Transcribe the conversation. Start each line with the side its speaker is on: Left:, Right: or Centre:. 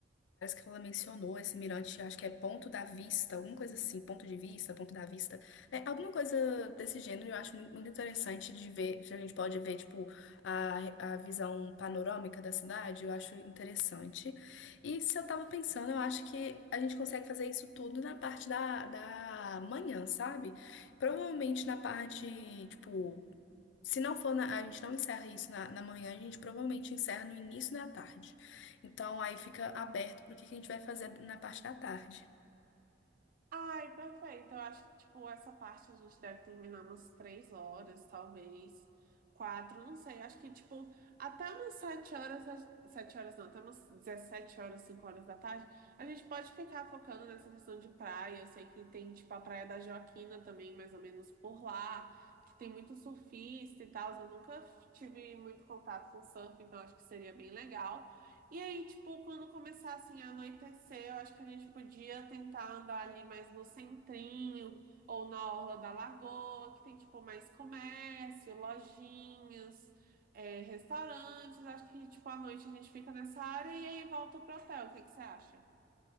Left: que ela mencionou, esse mirante, acho que é Ponto da Vista, alguma coisa assim, Ponto de Vista, Ponto da Vista. É, alguma coisa desse gênero eu acho muito, muito interessante de ver, que a gente pode ver, tipo, a, a visão panorâmica da cidade, eu acho interessante. E se eu tava pensando, eu acho que a gente consegue fazer isso tudo na parte da, da manhã, sabe? Provavelmente na parte, tipo, Se não for na, a gente não encerra isso na, na manhã, a gente provavelmente encerra no início da tarde. Então aí fica aberto para o que que a gente vai fazer na parte da tarde.
Right: Ai, perfeito. Eu acho que, tipo, essa parte a gente deve terminar umas três horas, talvez. Quatro, não sei. Acho que, tipo, até umas sete horas, a- sete horas não, até umas 17 horas, 5 horas da tarde, a gente pode ficar focando nessa questão de praia. Eu sei que tem, tipo, a Praia da Joaquina também, mais ou menos por lá, que tem muito surfista e tal. Eu nunca tive muito contato com surf, então acho que seria bem legal. E aí, tipo, quando começar assim a anoitecer, eu acho que a gente podia tentar andar ali mais no centrinho ou na orla da lagoa, que tem tipo mais comércio, lojinhas, é, restaurantes. Acho que tipo à noite a gente fica nessa área e aí volta pro hotel. O que que você acha?